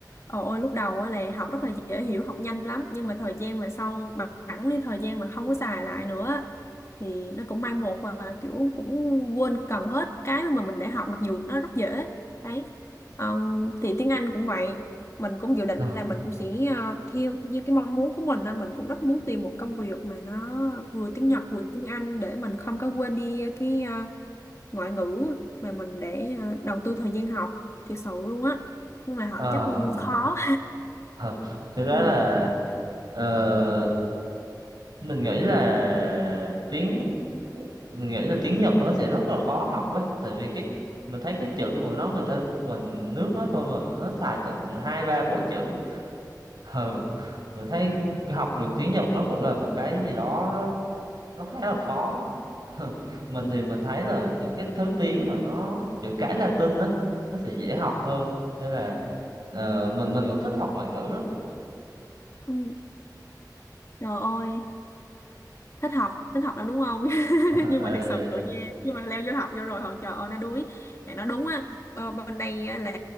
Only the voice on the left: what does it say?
ồ ôi lúc đầu á là học rất là dễ hiểu học nhanh lắm nhưng mà thời gian mà sau bằng phẳng đi thời gian mà không có xài lại nữa á, thì nó cũng mai một và kiểu cũng quên gần hết cái mà mình đã học mặc dù nó rất dễ đấy Ờ, thì tiếng Anh cũng vậy mình cũng dự định
là mình cũng sẽ ờ, theo như cái mong muốn của mình á, mình cũng rất muốn tìm một công việc mà nó vừa tiếng Nhật vừa tiếng Anh để mình không có quên đi cái ờ, ngoại ngữ mà mình để ờ, đầu tư thời gian học thiệt sự luôn á nhưng mà họ
chắc khó
<laughs>
ừ.
Ừ.
Ừ. Trời ơi thích học thích học lắm đúng không <laughs>
nhưng mà thực sự nha nhưng mà leo vô học vô rồi họ trời ơi nó đuối Mẹ nó đúng á ờ, bên đây á, là